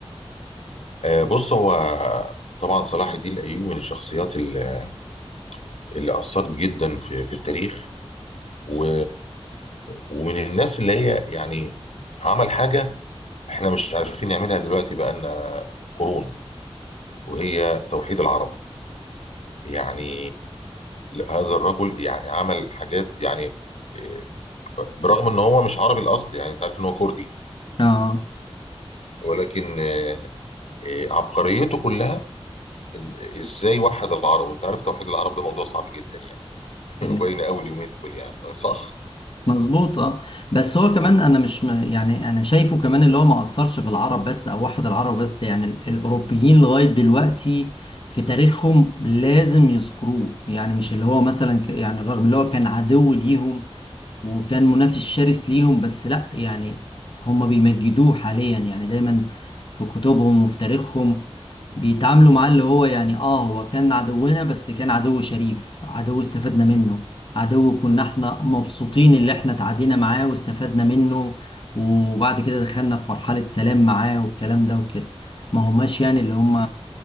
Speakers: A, on the left; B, on the left.
A: آه، بص هو طبعا صلاح الدين الايوبي من الشخصيات اللي اللي اثرت جدا في في التاريخ و... ومن الناس اللي هي يعني عمل حاجه احنا مش عارفين نعملها دلوقتي بقالنا قرون وهي توحيد العرب يعني هذا الرجل يعني عمل حاجات يعني آه، برغم ان هو مش عربي الاصل يعني انت عارف ان هو كردي
B: اه
A: ولكن آه، آه، عبقريته كلها إن- ازاي وحد العرب وانت عارف توحيد العرب ده موضوع صعب جدا يعني
B: يعني
A: باينه قوي اليومين دول يعني صح
B: مظبوط اه بس هو كمان انا مش م... يعني انا شايفه كمان اللي هو ما اثرش في العرب بس او واحد العرب بس يعني ال- الاوروبيين لغايه دلوقتي في تاريخهم لازم يذكروه يعني مش اللي هو مثلا ك... يعني رغم اللي هو كان عدو ليهم وكان منافس شرس ليهم بس لا يعني هم بيمجدوه حاليا يعني دايما في كتبهم وفي تاريخهم بيتعاملوا معاه اللي هو يعني اه هو كان عدونا بس كان عدو شريف عدو استفدنا منه عدو كنا احنا مبسوطين اللي احنا تعادينا معاه واستفدنا منه وبعد كده دخلنا في مرحلة سلام معاه والكلام ده وكده ما هماش يعني اللي هم